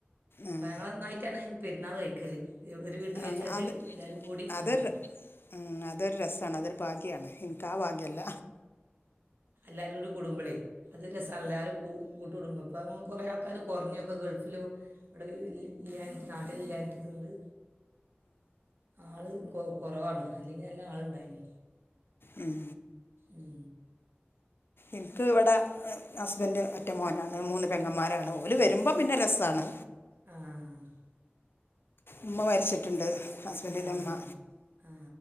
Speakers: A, on the left; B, on the right.
A: ഉം.
B: അപ്പ ഞങ്ങളൊന്നായിറ്റാണ് പെരുന്നാള് കഴിക്കല്. ഒ ഒരു വീട്ട്
A: ആ,
B: വെച്ചിട്ട്
A: അത്
B: എല്ലാരും കൂടി
A: അതൊരു
B: ആഹ്
A: ഉം അതൊരു രസാണ് അതൊരു ഭാഗ്യാണ്. എനിക്ക് ആ ഭാഗ്യല്ല
B: എല്ലാരുരൂടി കൂടുമ്പളേ അത് രസ എല്ലാരും കൂ കൂട്ടുകടുംബപ്പം കുറേ ആൾക്കാര് കൊർഞ്ഞൊക്കെ ഗൾഫ്‌ ലു അവിടെ ഇ ഇല്ലാഞ്ഞിട്ട് നാട്ടിലില്ലാഞ്ഞിട്ട് ഇത്കൊണ്ട് ആള് കൊ കൊറവാണ് അല്ലെങ്കിൽ നല്ല ആളുണ്ടായിന്
A: ഉം
B: ഉം
A: എനിക്ക് ഇവിടെ ഹസ്ബൻഡ് ഒറ്റ മോനാണ് മൂന്ന് പെങ്ങന്മാരാണ് ഓല് വരുമ്പം പിന്നെ രസാണ്
B: ആ
A: ഉമ്മ മരിച്ചിട്ട്ണ്ട് ഹസ്ബൻഡിൻ്റെ
B: ആ
A: ഉമ്മ
B: ആ